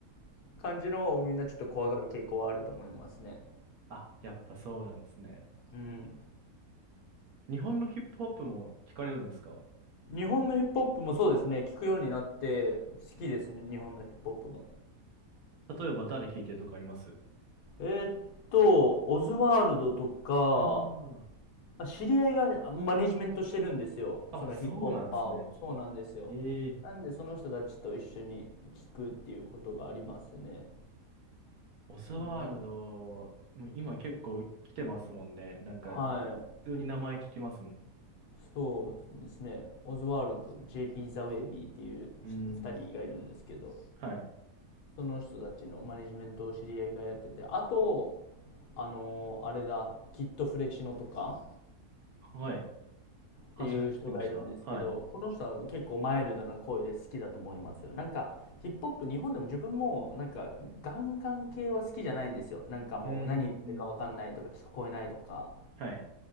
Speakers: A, on the left (about 75°); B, on the right (about 65°).
A: <laughs> 感じのをみんなちょっと怖がる傾向はあると思いますね。
B: あ、やっぱそうなんですね。
A: うん。
B: 日本のヒップホップも聞かれるんですか
A: 日本のヒップホップもそうですね。聞くようになって好きですね。日本のヒップホップも。
B: 例えば誰聞いてるとかあります
A: えーっと、オズワールドとか、
B: あ
A: まあ知り合いがマネジメントしてるんですよ。
B: あ、
A: そのヒップホッパーを。
B: あ、そうなんですね。
A: そうなんですよ。
B: ええ
A: なんで、その人たちと一緒に聞くっていうことがありますね。
B: オズワルド、
A: オズ
B: もう今結構来てますもんね。なんか、
A: はい。
B: 普通に名前聞きますもん。
A: そうですね。オズワルドと JP ザ・ウェイビーっていう2人がいるんですけど、
B: うん。はい。
A: その人たちのマネジメントを知り合いがやってて、あと、あのーあれだ、キッドフレシノとか、
B: はい。初めて聞きました。
A: っていう人がいるんですけど、
B: はい。
A: この人は結構マイルドな声で好きだと思いますよ。なんか、ヒップホップ、日本でも自分も、なんか、ガンガン系は好きじゃないんですよ。なんかもう、
B: うん。
A: 何言ってるかわかんないとか、
B: うん
A: 聞こえないとか
B: はい。